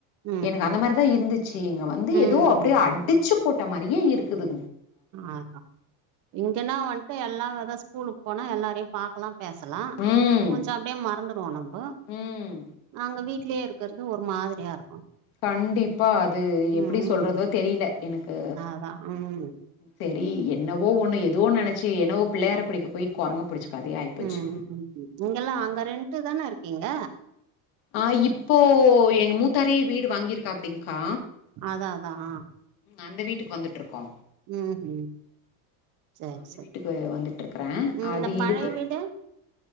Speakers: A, on the right; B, on the left.
A: ம்
B: எனக்கு
A: ம்
B: அந்த மாரி தா இருந்துச்சு இங்க வந்து
A: ம்
B: எதோ அப்டே அடிச்சு போட்ட மாரியே இருக்குது
A: அதா இங்கன்னா வன்ட்டு எல்லா எதா ஸ்கூலுக்கு போனா எல்லாரையு பாக்லா பேசலா
B: ம்
A: கொஞ்சோ அப்டே மறந்துரு ஒனக்கு
B: ம்
A: நாங்க வீட் ட்லே இருக்குறது ஒரு மாதிரியா இருக்கு
B: கண்டிப்பா அது
A: ம்
B: எப்டி சொல்றதோ தெரில எனக்கு
A: அதா ம்
B: செரி என்னவோ ஒன்னு எதோ நெனச்சு என்னவோ பிள்ளையார பிடிக்க போயி கொரங்க புடிச்ச கதையா ஆயிப்போச்சு
A: ம் ம் இங்கல்லா அங்க ரெண்ட்டு தான இருக்கீங்க
B: ஆ இப்போ <unintelligible> வீடு வாங்கிருக்காப்புடிங்க்கா
A: அதா அதான்
B: அந்த வீட்டுக்கு வந்துட்ருக்கோ
A: ம் ஹூம் சேர்
B: அந்த
A: சேர்
B: வீட்டுக்கு வந்துட்ருக்குறே
A: ம்
B: அது
A: இந்த பழைய
B: இதுக்கு
A: வீடு